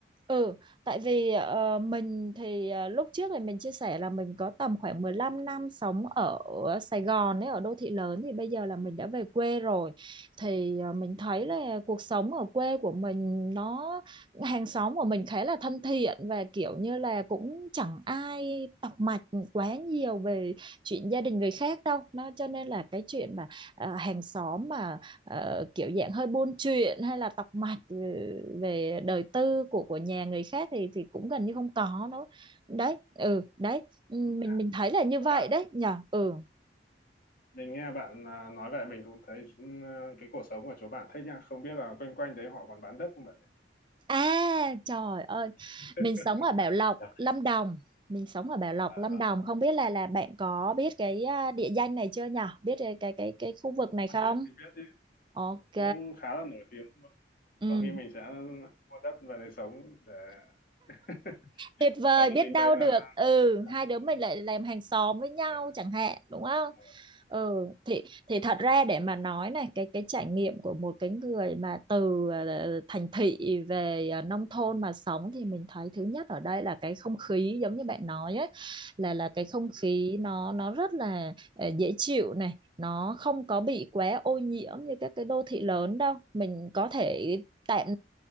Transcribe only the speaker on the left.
cũng
đúng
ha.
chỗ
bạn
mình nghe bạn à, nói vậy mình cũng thấy ừ, cái cuộc sống của chỗ bạn thích nha không biết là quanh quanh đấy họ còn bán đất không bạn nhỉ
<laughs>
Dạ.
à,
ờ.
có
chứ mình biết chứ
cũng khá là nổi tiếng luôn
có khi mình sẽ mua đất về để sống để <laughs>
bởi vì
mình
thấy là
các bạn
rất
là
thích.
Ờ,
đúng rồi.
Ừ.